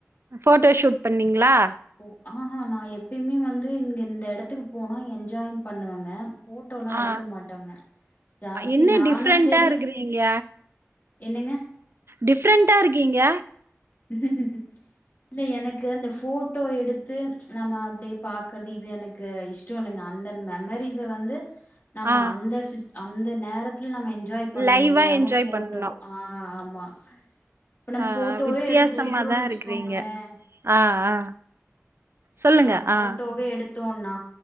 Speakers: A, on the right; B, on the left.
A: ம் ஃபோட்டோ ஷூட் பண்ணீங்ளா
B: போ ஆஹா நா எப்பயுமே வந்து இங்க இந்த இடத்துக்கு போனா என்ஜாய் பண்ணுவங்க ஃபோட்டோ லா
A: ஆ
B: எடுக்க மாட்டாங்க ஜாஸ்தி
A: என்ன
B: நானு
A: டிஃப்ரெண்டா
B: செரி
A: இருக்கிறீங்க
B: என்னெங்க
A: டிஃப்ரெண்டா இருக்கீங்க
B: ம்ம்ம்ம் இல்லை எனக்கு அந்த ஃபோட்டோ எடுத்து நம்ம அப்டே பாக்கற்து இது எனக் க்கு இஷ்டோ இல்லங்க அந்த மெமரீஸ வந்து நம்ம
A: ஆ
B: அந்த சுட் அந்த நேரத் துல் நம்ம என்ஜாய் பண்ண
A: லைவா
B: முடியாம
A: என்ஜாய்
B: ஃபோட்டோ
A: பண்ணோ
B: ஆ ஆமா ப்ப நம்
A: ஆ
B: ஃபோட்டோவே
A: வித்தியாசமாதா
B: எடுக் எடுக்றோனு வச்சுக்கோங்களே
A: இருக்கிறீங்க ஆ
B: உம்
A: ஆ சொல்லுங்க
B: ப்ப நம் ஃபோட்டோவே
A: ஆ
B: எடுத்தோனா